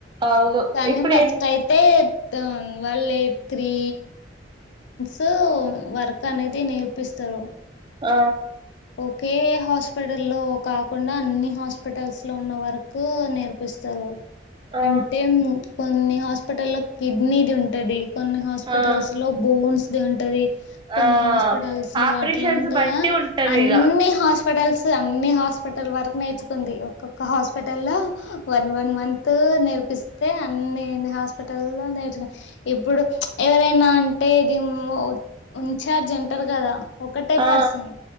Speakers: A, on the right (about 25°); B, on the left (about 80°).
A: అవును
B: కానీ
A: ఇప్పుడు
B: ఫస్ట్
A: ఎ
B: అయితే త వాళ్ళ త్రీ కు వర్క్ అనేది నేర్పిస్తారు
A: ఆ
B: ఒకె హాస్పిటల్ లో కాకుండా అన్ని హాస్పిటల్స్ లో ఉన్న వర్క్ నేర్పి స్తరు
A: ఆ
B: అంటే కొన్ని హాస్పిటల్ లో కిడ్నీది ఉంటది కొన్ని హాస్పిటల్స్
A: ఆ
B: లో బోన్స్ది ఉంటది కొన్ని
A: ఆ
B: హాస్పిటల్స్ లో
A: ఆపరేషన్స్
B: అట్లా ఉంటయా
A: బట్టి ఉంటది
B: అన్నీ
A: ఇగ
B: హాస్పిటల్స్ అన్ని హాస్పిటల్ వరకు నేర్చుకుంది ఒక్కొక్క హాస్పిటల్ లో వన్ వన్ మంత్ నేర్పిస్తే అన్ని హాస్పిటల్ లో నేర్చుకు ఇప్పుడు ఎవరైనా అం టే ఇది ఉన్ఛార్జ్ ఉంటారు కదా ఒకటే
A: ఆ
B: పర్సన్